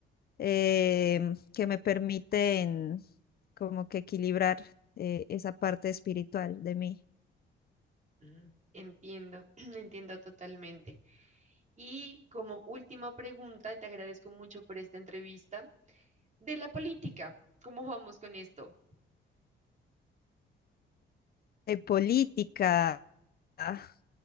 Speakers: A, on the left (about 50°); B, on the right (about 35°).
A: eh, que me permiten como que equilibrar eh, esa parte espiritual de mí.
B: Mm, Entiendo, <clears throat> entiendo totalmente. Y como última pregunta, te agradezco mucho por esta entrevista de la política. ¿Cómo vamos con esto?
A: Eh, política. ah,